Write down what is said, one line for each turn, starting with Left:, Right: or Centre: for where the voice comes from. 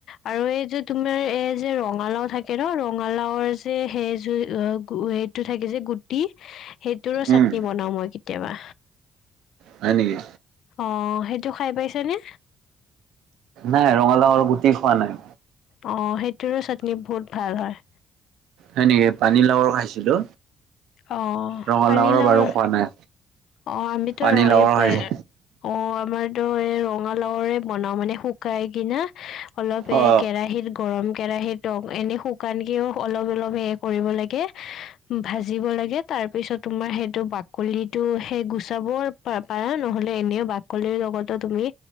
Left: আৰু এই যে তোমাৰ এই যে ৰঙালাও থাকে ন ৰঙালাওৰ যে সেইযো গুৱেত- তো থাকে যে গুটি সেইটোৰো
Right: উম
Left: চাটনি বনাও মই কেতিয়াবা।
Right: হয় নিকি।
Left: অঁ সেইটো খাই পাইছে নে।
Right: নাই ৰঙালাউৰ গুটি খোৱা নাই।
Left: অঁ সেইটোৰো চাটনি বহুত ভাল হয়।
Right: হয় নেকি, পানীলাউৰ খাইছিলো।
Left: অঁ
Right: ৰঙালাওৰ
Left: পানীলাউৰ
Right: বাৰু খোৱা নাই
Left: অঁ আমিতো
Right: পানীলাওৰ
Left: ৰয় এ পায়-
Right: খাইছো
Left: অঁ' আমাৰতো এই ৰঙালাউৰে বনাও মানে শুকাই কিনা। অলপ এ
Right: অ
Left: কেৰাহিৰ- গৰম কেৰাহিতত এনে শুকানকেও অলপ অলপ হে কৰিব লাগে ভাজি- জিব লাগে তাৰপিছত তোমাৰ সেইটো বাকলিটো সেই গুচাব পাৰা নহ'লে এনেও বা- কলিৰ লগতো তুমি